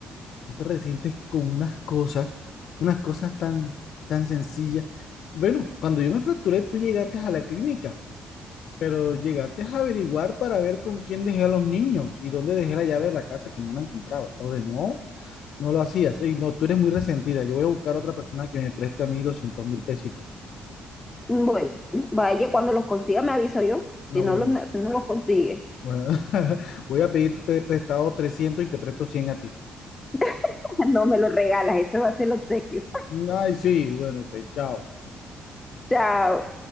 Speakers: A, on the left; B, on the left.
A: Tú te resientes con unas cosas, unas cosas tan, tan sencillas. Bueno, cuando yo me fracturé, tú llegaste a la clínica, pero llegaste a averiguar para ver con quién dejé a los niños y dónde dejé la llave de la casa que no la encontrabas. O de no, no lo hacías. Ey, no, tú eres muy resentida. Yo voy a buscar a otra persona que me preste a mí doscientos mil pesitos.
B: Bueno, vaya, cuando los consiga me aviso yo. Si
A: No,
B: no
A: bueno,
B: los, si no los consigue,
A: bueno. <laughs> Voy a pedir pre- prestado 300 y te presto 100 a ti.
B: <laughs> no me los regalas. Ese va a ser el obsequio.
A: Ay, sí, bueno, pues chao.
B: Chao.